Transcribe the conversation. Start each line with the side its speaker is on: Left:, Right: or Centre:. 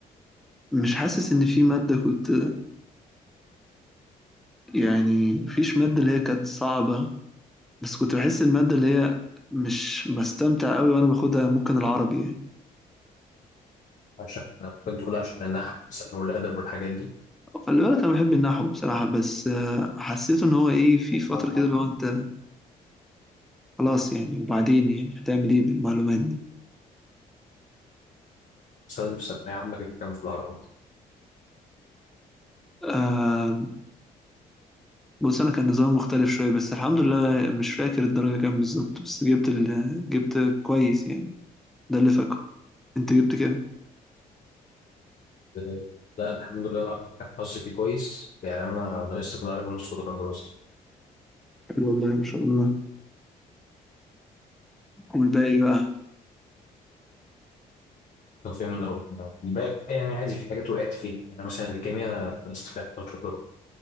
Centre: مش حاسس إن في مادة كنت يعني مفيش مادة اللي هي كانت صعبة بس كنت بحس المادة اللي هي مش بستمتع أوي وأنا باخدها ممكن العربي يعني
Left: عشان أنا كنت بقول عشان النحو مثلا والأدب والحاجات دي
Centre: خلي بالك انا بحب النحو بصراحه بس آه، حسيت ان هو ايه في فتره
Left: وأنت
Centre: كده اللي هو انت خلاص يعني وبعدين يعني هتعمل ايه بالمعلومات دي
Left: مثلا في ثانوية عامة جبت كام في العربي؟
Centre: آه بص انا كان نظام مختلف شويه بس الحمد لله مش فاكر الدرجه كام بالظبط بس جبت ال... جبت كويس يعني ده اللي فاكره انت جبت كام
Left: آه، لا الحمد لله العربي كان حظي فيه كويس يعني أنا نقصت في العربي نص درجة بس
Centre: حلو والله ما شاء الله والباقي بقى
Left: توفيق من ربنا الباقي يعني عادي في حاجات وقعت فيها يعني مثلا الكيمياء نقصت فيها 11 درجة